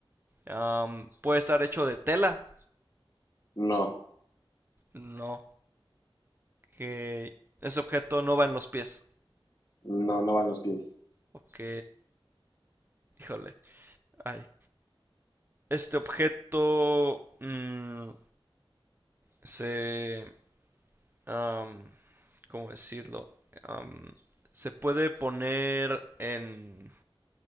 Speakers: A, on the right; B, on the left.
A: Um, puede estar hecho de tela.
B: No.
A: No, que ese objeto no va en los pies.
B: No, no van los pies.
A: Ok, híjole. Ay. Este objeto mm, se... um, ¿cómo decirlo? Um, se puede poner en...